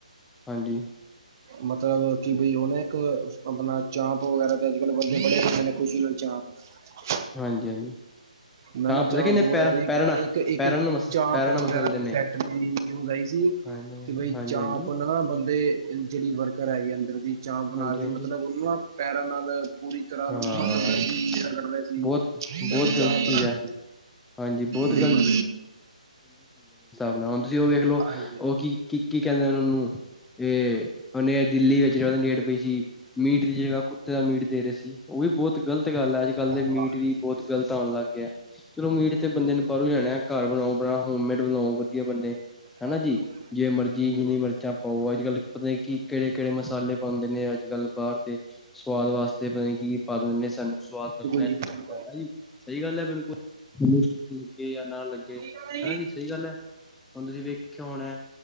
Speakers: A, in the centre; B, on the right.
A: ਹਾਂਜੀ
B: ਮਤਲਬ ਕਿ ਬਈ ਉਹਨੇ ਇੱਕ ਆਪਣਾ ਚਾਂਪ ਵਗੈਰਾ ਤੇ ਅੱਜ ਕਲ ਬੰਦੇ ਬੜੇ ਬਦੇ ਨੇ ਖੁਸ਼ੀ ਨਾਲ ਚਾਂਪ
A: ਹਾਂਜੀ-ਹਾਂਜੀ
B: ਮੈਂ ਨਾ
A: ਪਤਾ
B: ਚਾਂਪ
A: ਕਿੰਨੇ
B: ਵਗੈਰਾ
A: ਪੈਰਾਂ
B: ਦੀ
A: ਪੈਰਾਂ ਨਾਲ
B: ਇੱਕ ਇੱਕ
A: ਪੈਰਾਂ ਨਾਲ ਮਸ
B: ਚਾਂਪ
A: ਪੈਰਾਂ ਨਾਲ
B: ਵਗੈਰਾ
A: ਮਸਲਦੇ
B: ਦੀ
A: ਨੇ
B: ਫੈਕਟਰੀ ਦੀ ਨਿਊਜ਼ ਆਈ ਸੀ
A: ਹਾਂਜੀ, ਹਾਂਜੀ,
B: ਕਿ ਬਈ
A: ਹਾਂਜੀ,
B: ਚਾਂਪ
A: ਹਾਂਜੀ,
B: ਨਾ ਨਾ ਬੰਦੇ ਜਿਹੜੀ ਵਰਕਰ ਹੈਗੀ ਅੰਦਰ ਦੀ ਚਾਹ ਬਣਾਰ
A: ਹਾਂਜੀ
B: ਦੀ
A: ਹਾਂਜੀ
B: ਮਤਲਬ ਉਹਨਾਂ ਪੈਰਾਂ ਨਾਲ ਪੂਰੀ ਤਰ
A: ਹਾਂ
B: ਸੀਰਾ ਕੱ ਸੀ
A: ਬਹੁਤ ਬਹੁਤ ਗ਼ਲਤ
B: ਚਾ ਬਣਾਹੇ
A: ਚੀਜ਼ ਐ।
B: ਸੀ
A: ਹਾਂਜੀ ਬਹੁਤ
B: ਬਿਲਕੁਲ ਬਿਲਕੁਲ
A: ਬਣਾ ਹੁਣ ਤੁਸੀਂ ਉਹ ਵੇਖ ਲਓ
B: ਹਾਂਜੀ
A: ਉਹ ਕੀ ਕੀ ਕੀ ਕਹਿੰਦੇ ਉਹਨਾਂ ਨੂੰ ਇਹ ਉਹਨੇ ਦਿੱਲੀ ਵਿੱਚ ਜ ਡੇਟ ਪਈ ਸੀ ਮੀਟ ਦੀ ਜਗ੍ਹਾ ਕੁੱਤੇ ਦਾ ਮੀਟ ਦੇ ਰਹੇ ਸੀ। ਉਹ ਵੀ ਬਹੁਤ ਗ਼ਲਤ ਗੱਲ ਹੈ ਅੱਜ ਕੱਲ
B: ਹਾਂਜੀ
A: ਦੇ ਮੀਟ ਵੀ ਬਹੁਤ
B: ਹਾਂ
A: ਗ਼ਲਤ ਆਉਣ ਲੱਗ ਗਿਆ ਚਲੋ ਮੀਟ ਤੇ
B: ਬਿਲਕੁਲ
A: ਬੰਦੇ ਨੂੰ ਬਾਹਰੋਂ ਜਾਣਾ ਘਰ ਬਣਾਓ ਬਣਾ ਹੋਮਮੇਡ ਬਣਾਓ ਵਧੀਆ ਬੰਦੇ ਹਨਾ
B: ਹਾਂਜੀ
A: ਜੀ ਜੇ ਮਰਜੀ
B: ਬਿਲਕੁਲ
A: ਜਿੰਨੀ ਮਿਰਚਾਂ ਪਾਓ ਅੱਜ ਕੱਲ ਪਤਾ ਕਿ ਕਿਹੜੇ ਕਿਹੜੇ ਮਸਾਲੇ ਪਾਉਂਦੇ ਨੇ ਅੱਜ ਕੱਲ ਬਾਹਰ ਦੇ ਸਵਾਦ ਵਾਸਤੇ ਪਤਾ ਨ ਕੀ ਪਤਾ ਦਿੰਦੇ ਸਾਨੂੰ ਸਵਾਦ ਲੱਗਦਾ
B: ਜੀ
A: ਨ
B: ਬਿਲਕੁਲ
A: ਲੱਗਦਾ ਸਹੀ ਗੱਲ ਹੈ ਬਿਲਕੁਲ ਠੀਕ ਆ ਨਾਲ ਲੱਗੇ
B: ਠੀਕ ਹੈ
A: ਹਨਾ ਜੀ ਸਹੀ ਗੱਲ ਹੈ। ਹੁਣ ਤੁਸੀਂ ਵੇਖਿ ਹੋਣਾ